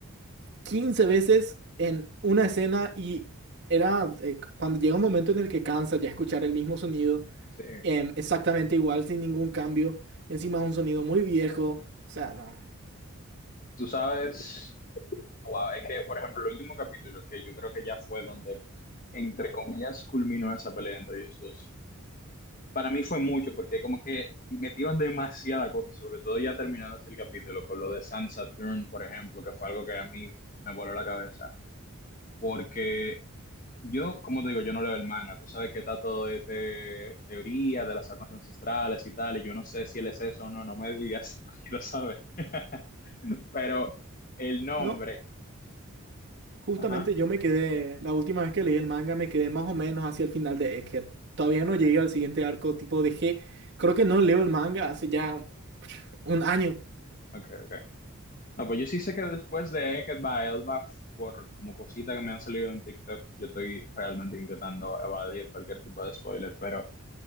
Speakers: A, on the right (about 50°); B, on the left (about 40°).
A: 15 veces en una escena y era eh, cuando llega un momento en el que cansa ya escuchar el mismo sonido
B: Sí.
A: em, exactamente igual sin ningún cambio. Encima es un sonido muy viejo, o sea, no.
B: Tú sabes. Wow, es que, por ejemplo, el último capítulo, que yo creo que ya fue donde, entre comillas, culminó esa pelea entre ellos dos. Para mí fue mucho, porque como que metieron demasiada cosa, sobre todo ya terminándose el capítulo, con lo de Sansa Dern, por ejemplo, que fue algo que a mí me voló la cabeza. Porque yo, como te digo, yo no leo el manga. Tú sabes que está todo de te- teoría de las armas ancestrales y tal, y yo no sé si él es eso o no, no me digas, <laughs> no quiero saber. <laughs> Pero el nombre,
A: No, ju- justamente
B: ajá.
A: yo me quedé, la última vez que leí el manga me quedé más o menos hacia el final de Egghead. Todavía
B: ok.
A: no llegué al siguiente arco, tipo dejé, creo que no leo el manga hace ya pf, un año.
B: Ok, ok. No, pues yo sí sé que después de Eket by Elba, por como cosita que me han salido en TikTok, yo estoy realmente intentando evadir cualquier tipo de spoiler, pero,